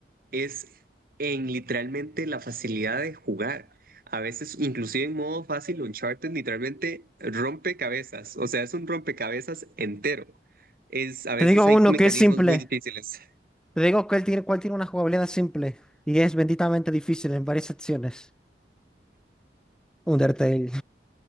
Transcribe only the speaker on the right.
es en literalmente la facilidad de jugar. A veces, inclusive en modo fácil, Uncharted literalmente rompe cabezas. O sea, es un rompecabezas entero. Es, a veces
hay
mecanismos
muy difíciles.